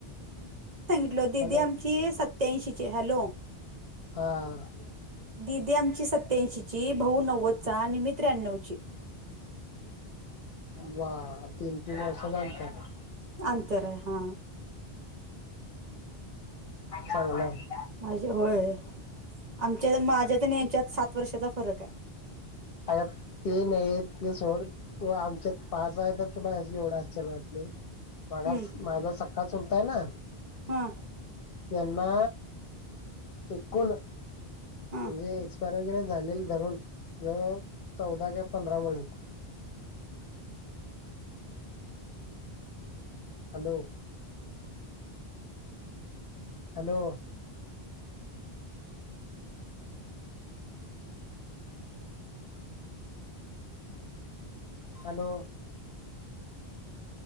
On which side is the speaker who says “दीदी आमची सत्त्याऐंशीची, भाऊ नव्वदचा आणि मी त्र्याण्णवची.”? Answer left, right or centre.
Right